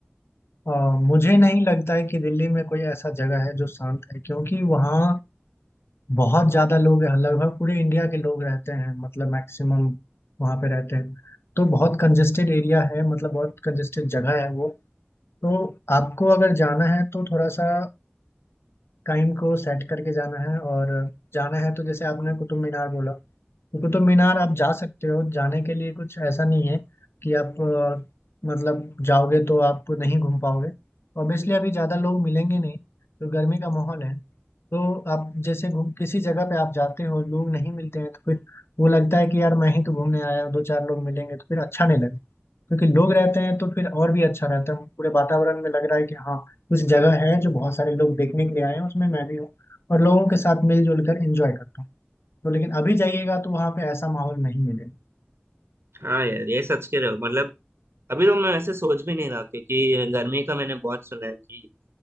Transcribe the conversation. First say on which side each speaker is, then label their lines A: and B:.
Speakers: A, on the left (about 80°); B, on the right (about 85°).
A: अ, मुझे नहीं लगता है कि दिल्ली में कोई ऐसा जगह है जो शांत है क्योंकि वहाँ बहुत ज्यादा लोग हैं लगभग पूरे इंडिया के लोग रहते हैं मतलब मैक्सिमम वहाँ पे रहते हैं तो बहुत कंजेस्टेड एरिया है मतलब बहुत कंजेस्टेड जगह है वो तो आपको अगर जाना है तो थोड़ा सा टाइम को सेट करके जाना है और जाना है तो जैसे आपने कुतुब मीनार बोला तो कुतुब मीनार आप जा सकते हो जाने के लिए कुछ ऐसा नहीं है कि आप अ, मतलब जाओगे तो आप नहीं घूम पाओगे ऑब्वियसली अभी ज़्यादा लोग मिलेंगे नहीं तो गर्मी का माहौल है तो आप जैसे घूम किसी जगह पे आप जाते हो लोग नहीं मिलते हैं तो फिर वो लगता है कि यार मैं ही तो घूमने आया हूँ दो चार लोग मिलेंगे तो फिर अच्छा नहीं लगता क्योंकि लोग रहते हैं तो फिर और भी अच्छा रहता है पूरे वातावरण में लग रहा है कि हाँ कुछ जगह है जो बहुत सारे लोग देखने के लिए आए हैं उसमें मैं भी हूँ और लोगों के साथ मिलजुल कर एंजॉय करता हूँ तो लेकिन अभी जाइएगा तो वहाँ पे ऐसा माहौल नहीं मिलेगा
B: हाँ यार ये सच कह रहे हो मतलब अभी तो मैं वैसे सोच भी नहीं रहा क्योंकि गर्मी का मैंने बहुत सुना है कि